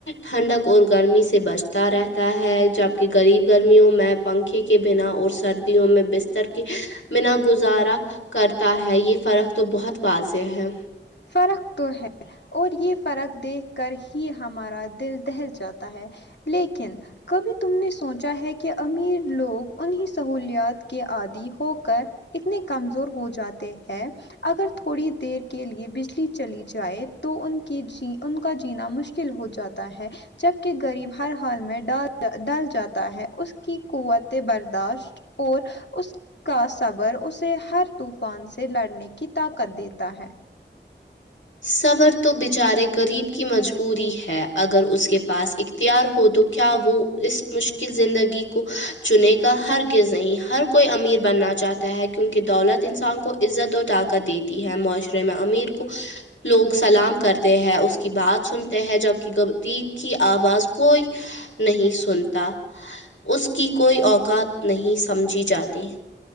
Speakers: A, on the left; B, on the left.
A: ٹھنڈک اور گرمی سے بچتا رہتا ہے جبکہ غریب گرمیوں میں پنکھے کے بنا اور سردیوں میں بستر کے بنا گزارا کرتا ہے یہ فرق تو بہت واضح ہے
B: فرق تو ہے اور یہ فرق دیکھ کر ہی ہمارا دل دہل جاتا ہے لیکن کبھی تم نے سوچا ہے کہ امیر لوگ انہیں سہولیات کے عادی ہو کر اتنے کمزور ہو جاتے ہیں اگر تھوڑی دیر کے لیے بجلی چلی جائے تو ان کے جی ان کا جینا مشکل ہو جاتا ہے جبکہ غریب ہر حال میں ڈال ڈل جاتا ہے اس کی قوت برداشت اور اس کا صبر اسے ہر طوفان سے لڑنے کی طاقت دیتا ہے
A: صبر تو بچارے غریب کی مجبوری ہے اگر اس کے پاس ا تیار ہو تو کیا وہ اس مشکل زندگی کو چنے گا ہر غزنہیں ہر کوئی امیر بننا چاہتا ہے کیونکہ دولت انسان کو عزت اور طاقت دیتی ہے معاشرے میں امیر کو لوگ سلام کرتے ہیں اس کی بات سنتے ہیں جب کہ غریب کی آواز کوئی نہیں سنتا اس کی کوئی اوقات نہیں سمجھی جاتی